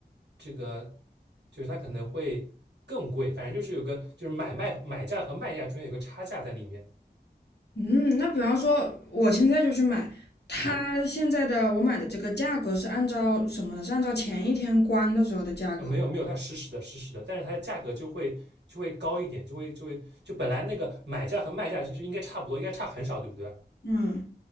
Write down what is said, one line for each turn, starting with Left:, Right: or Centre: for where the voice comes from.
Right: 这个就是它可能会更贵，反正就是有个就是买卖买价和卖价中间有个差价在里面。
Left: 嗯，那比方说我现在就去买，它现在的我买的这个价格是按照什么呢？
Right: 嗯，
Left: 是按照前一天关的时候的价格吗。
Right: 呃，没有没有，它实时的实时的，但是它的价格就会就会高一点，就会就会就本来那个买价和卖价其实应该差不多，应该差很少，对不对？
Left: 嗯